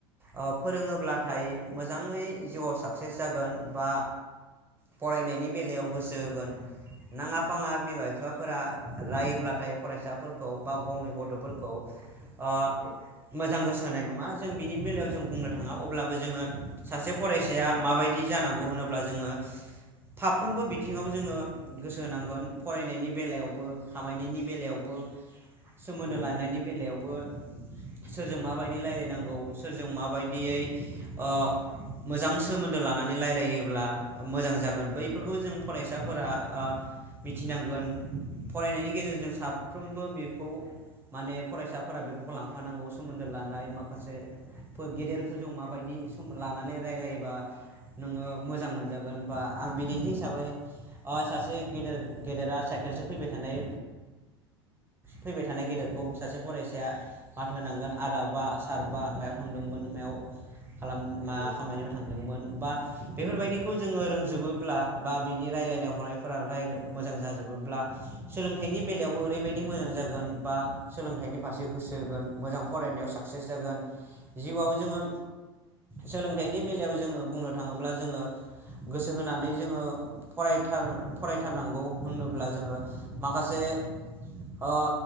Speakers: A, on the right; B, on the left.
A: ओ फोरोङोब्लाथाय मोजाङै जिउआव साक्सेस जागोन बा फरायनायनि बेलायाव गोसो होगोन नाङा फाङा बिमा बिफाफोरा रायोब्लाथाय फरायसाफोरखौ बा गावनि गथ'फोरखौ आ
B: औ
A: मो मोजां गोसो होनाय नङा जों बिनि बेलायाव जों बुंनो थाङा अब्लाबो जोङो सासे फरायसाया माबायदि जानांगौ होनोब्ला जोङो फाफ्रोमबो बिथिङाव जोङो गोसो होनांगोन फरायनायनि बेलायावबो खामायनायनि बेलायावबो सोमोन्दो
B: औ
A: लानायनि बेलायाव सोरजों माबायदि रायलायनांगौ सोरजों माबायदियै ओ मोजां सोमोन्दो लानानै रायलायोब्ला मोजां जागोन बैफोरखौ जों फरायसाफोरा आ मिथिनांगोन फरायनायनि गेजेरजों साफ्रोमबो खौ माने फरायसाफोरा बेफोरखौ लांफानांगौ सोमोन्दो लानाय माखासे गेदेरफोरजों माबायदि लानानै रायलायोबा नोङो मोजां मोनजागोन बा आं बिदिन्थि हिसाबै ओ सासे गेदेर गेदेरा साइकेलसो फैबाय थानाय फैबाय थानाय गेदेर खौ सासे फरायसाया माथो होनांगोन आदा बा सार बा मायाव थांदोंमोन मायाव खालाम मा
B: औ
A: खामानियाव थांदोंमोन बा बेफोरबायदिखौ जोङो रोंजोबोब्ला बा बिनि रायलायनाय हनायफोरा मोजां जाजोबोब्ला सोलोंथाइनि बेलायावबो ओरैबायदि बिदि मोजां जागोन बा सोलोंथाइनि फारसे गोसो होगोन मोजां फरायनायाव साक्सेस जागोन जिउआव जोङो सोलोंथाइनि बेलायाव जोङो बुंनो थाङोब्ला जोङो गोसो होनानै जोङो फरायथार फरायथारनांगौ होनोब्ला जोङो माखासे ओ